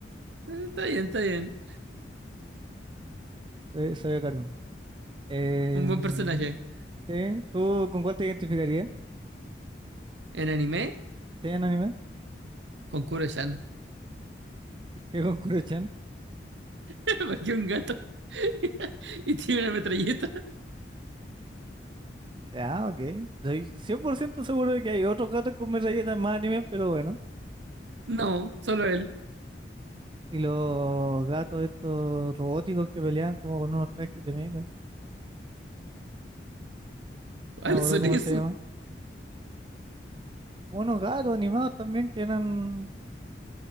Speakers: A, on the right; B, on the right.
A: Eh, Está bien, está bien.
B: soy, soy de Cartoon. En-
A: Un buen personaje.
B: ¿sí? ¿Tú con cuál te identificarías?
A: En anime,
B: ¿Sí, en anime?
A: con Kuro-chan.
B: ¿Por qué con Kuruchan?
A: <laughs> Porque un gato. <laughs> y tiene una metralleta.
B: Ya, ok. Soy 100% seguro de que hay otros gatos con metralletas en más anime, pero bueno.
A: No, solo él.
B: Y los gatos estos robóticos que peleaban como con unos trajes de mecha.
A: ¿Cuáles
B: No me acuerdo
A: son
B: cómo
A: esos?
B: se llama. Unos gatos animados también que eran...